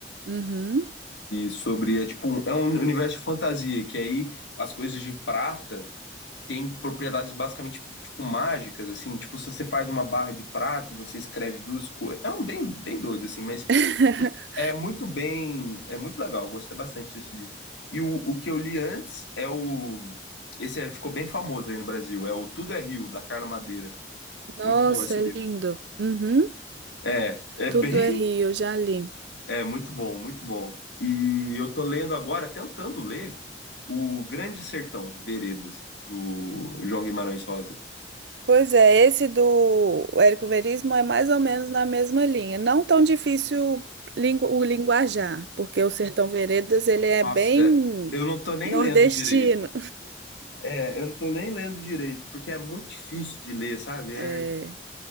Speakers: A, on the right; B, on the left.
A: uhum.
B: e sobre, é tipo, um- é um universo de fantasia, que aí as coisas de prata têm propriedades basicamente tipo, mágicas, assim, tipo, se você faz uma barra de prata e você escreve duas coisas, é um bem, bem doido, assim, mas
A: <laughs>
B: é muito bem, é muito legal, eu gostei bastante desse livro. E o, o que eu li antes é o. Esse é- ficou bem famoso aí no Brasil, é o Tudo é Rio, da Carla Madeira.
A: Nossa,
B: Muito bom esse
A: é
B: livro.
A: lindo. Uhum.
B: É, é bem.
A: Tudo é Rio, já li.
B: É muito bom, muito bom. E eu tô lendo agora, tentando ler, O Grande Sertão, Veredas, do João Guimarães Rosa.
A: Pois é, esse do Érico Veríssimo é mais ou menos na mesma linha. Não tão difícil lingu- o linguajar, porque o Sertão Veredas ele é
B: Nossa,
A: bem
B: eu não tô nem
A: nordestino.
B: lendo direito. É, eu não tô nem lendo direito, porque é muito difícil de ler, sabe? É
A: É,